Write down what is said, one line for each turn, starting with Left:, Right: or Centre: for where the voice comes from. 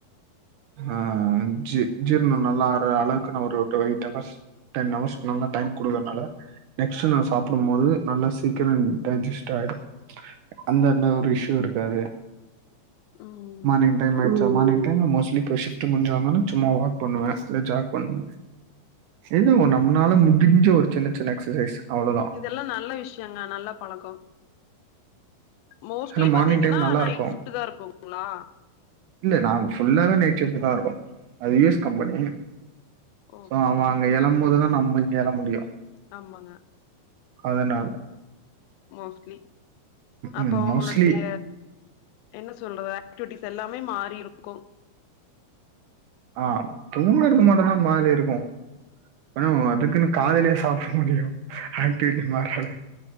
Right: ஆ ஜி- ஜீர்ண நல்லா ஆறளவுக்கு நா ஒரு to eight hours ten hours நல்லா டைம் குடுக்கறனால நெக்ஸ்ட்டு நா சாப்டும்மோது நல்லா சீக்கிரோ டைஜிஸ்ட் ஆயிடு அந்த அந்த ஒரு இஸ்யூ இருக்காது
Left: ம்
Right: மார்னிங் டைம் ஆயிட்ச்சா மார்னிங் டைம்ல மோஸ்லி ப்போ ஷிஃப்ட்டு முட்ஞ்சு வந்தோனே சும்மா வாக் பண்ணுவே இல்ல ஜாக் பண்ணுவே எதோ நம்னால முடிஞ்ச ஒரு சின்ன சின்ன எக்சசைஸ் அவ்ளோதா
Left: இல்ல நல்ல விஷ்யங்க நல்ல பழக்கோ மோஸ்ட்லி
Right: ஏன்னா மார்னிங்
Left: பாத்தீங்கனா
Right: டைம் நல்லா
Left: நைட்
Right: இருக்கு
Left: ஷிஃப்ட்தா இருக்குங்ளா
Right: இல்ல நாங்க ஃபுல்லாவே நைட் சிஃப்ட்டுதா இருக்கு அது U S company
Left: okay
Right: so அவ அங்க எழம் போதுதா நம்ம இங்க எழ முடியு
Left: ஆமங்க
Right: அதனால
Left: மோஸ்ட்லி அப்ப
Right: ம்
Left: அவுங்களுடைய
Right: மோஸ்ட்லி
Left: என்ன சொல்லுவே ஆக்டிவிட்டிஸ் எல்லாமே மாறி இருக்கு
Right: ஆ தூங்கறது மட்டுந்தா மாறிருக்கு பனோ அதுக்குனு காலைலியா சாப்ட முடியு ஆக்டிவிட்டி மார்றளகு